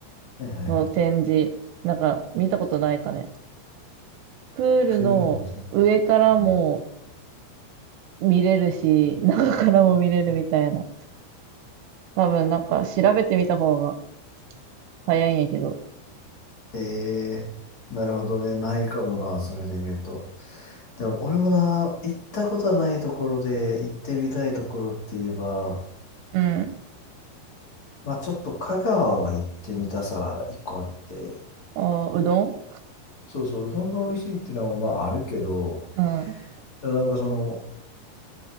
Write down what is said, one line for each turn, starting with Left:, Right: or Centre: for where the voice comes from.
Left: はいはいはい。
Right: の展示、なんか見たことないかね。プールの上からも
Left: プールの展示。うん、
Right: 見れるし、中からも見れるみたいな。多分、なんか調べてみた方が早いんやけど。
Left: えー、なるほどね。ないかもな、それで言うと。でも、俺もな、行ったことないところで行ってみたいところって言えば、
Right: うん。
Left: まあちょっと香川は行ってみたさ、一個あって。
Right: あ、うどん
Left: そうそう、うどんが美味しいっていうのはまああるけど、
Right: うん。
Left: でなんかその、